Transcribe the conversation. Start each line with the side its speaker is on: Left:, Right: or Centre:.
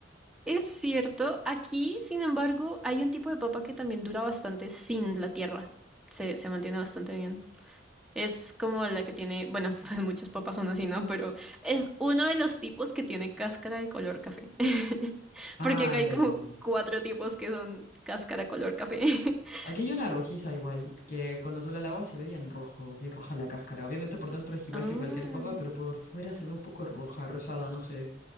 Centre: Es cierto, aquí, sin embargo, hay un tipo de papa que también dura bastante sin la tierra. Se, se mantiene bastante bien. Es como la que tiene, bueno, <laughs> pues muchas papas son así, ¿no? Pero es uno de los tipos que tiene cáscara de color café. <laughs>
Left: Ah,
Centre: Porque acá
Left: ya,
Centre: hay
Left: ya,
Centre: como
Left: ya. ya.
Centre: cuatro tipos que son cáscara color café. <laughs>
Left: Aquí hay una rojiza igual, que cuando tú la lavas se ve bien rojo, bien roja la cáscara. Obviamente por dentro es igual
Centre: Ah,
Left: que cualquier papa, pero por fuera se ve un poco roja, rosada, no sé.